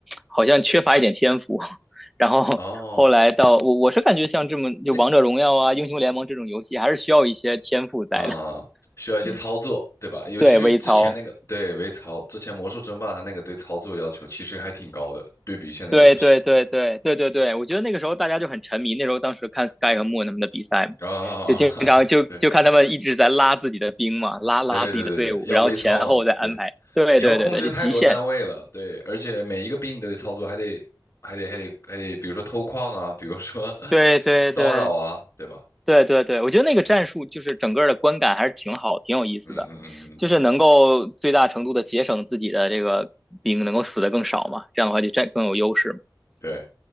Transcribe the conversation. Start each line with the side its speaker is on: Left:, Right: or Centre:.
Centre: 好像缺乏一点天赋。<laughs> 然后后来到我我是感觉像这么就王者荣耀啊、
Left: 哦，那
Centre: 英雄联盟这种游戏，还是需要一些天赋在的。
Left: 啊、需要一些操作，
Centre: 嗯，
Left: 对吧？尤其是之前那个，
Centre: 对，微操，
Left: 对，微操，之前魔兽争霸它那个对操作要求其实还挺高的，对比现在的游戏
Centre: 对对对对对对对，我觉得那个时候大家就很沉迷，那时候当时看 Sky 和 Moon 他们的比赛嘛，
Left: 啊，
Centre: 就经常就就看他们一直在拉自己的兵嘛，
Left: <laughs> 对
Centre: 拉拉自己的队伍，
Left: 对对对对，要微操嘛，
Centre: 然后前后再安排。
Left: 对，
Centre: 对对对对，
Left: 你要控制太多单位了，
Centre: 就极限。
Left: 对，而且每一个兵你都得操作，还得还得还得还得，比如说偷矿啊，比如说 <laughs>
Centre: 对对对
Left: 骚扰啊，对吧？
Centre: 对对对，我觉得那个战术就是整个的观感还是挺好，
Left: 嗯
Centre: 挺有意思的，
Left: 嗯嗯嗯嗯嗯，
Centre: 就是能够最大程度的节省自己的这个兵，能够死的更少嘛，这样的话就占更有优势嘛。
Left: 对，